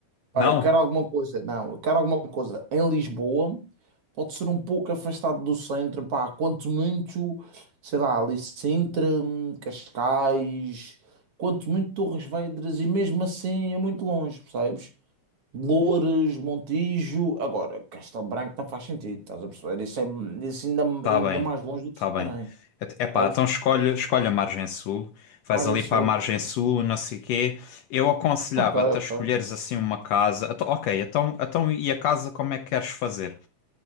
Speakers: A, on the right; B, on the left.
A: Pá,
B: não?
A: eu quero alguma coisa, não, eu quero alguma coisa em Lisboa, pode ser um pouco afastado do centro, pá, quanto muito, sei lá, ali Sintra, hum, Cascais, quanto muito Torres Vedras, e mesmo assim é muito longe, percebes? Loures, Montijo, agora, Castelo Branco não faz sentido, estás a perceber? Isso é isso ainda, ainda
B: Tá bem,
A: mais longe do que
B: tá
A: Santarém,
B: bem. é Epá,
A: percebes?
B: então escolhe, escolhe a margem sul, vais
A: Margem
B: ali
A: Sul,
B: para a margem sul, não sei quê. Eu aconselhava-te
A: ok, ok,
B: a escolheres assim uma casa. Então, ok, então, então e a casa como é que queres fazer?